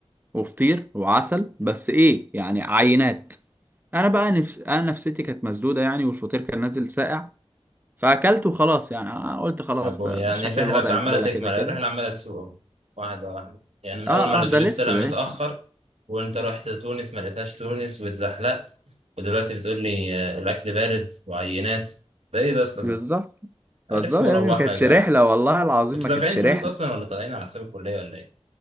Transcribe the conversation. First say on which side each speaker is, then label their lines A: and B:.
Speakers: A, on the right; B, on the right.
A: وفطير وعسل بس ايه يعني عينات انا بقى نفس... انا نفسيتي كانت مسدوده يعني والفطير كان نازل ساقع فاكلته خلاص يعني أنا قلت خلاص
B: يا ابوي
A: ده
B: يعني
A: ده شكل
B: الرحله
A: الوضع
B: بت- عماله
A: زباله
B: تكمل
A: كده كده
B: الرحله عماله تسوق واحده واحده يعني من
A: اه
B: اول ما الاتوبيس
A: اه ده لسه
B: طلع متاخر
A: ده لسه
B: وانت رحت تونس ما لقيتهاش تونس واتزحلقت ودلوقتي بتقول لي آه، الاكل بارد وعينات ده ايه ده يا اسطى
A: بالظبط
B: ده
A: بالظبط
B: عرفوا وروحوا
A: يا ابني ما كانتش
B: يا جدعان
A: رحلة والله العظيم
B: انتوا
A: ما
B: دافعين
A: كانتش
B: فلوس
A: رحلة
B: اصلا ولا طالعين على حساب الكليه ولا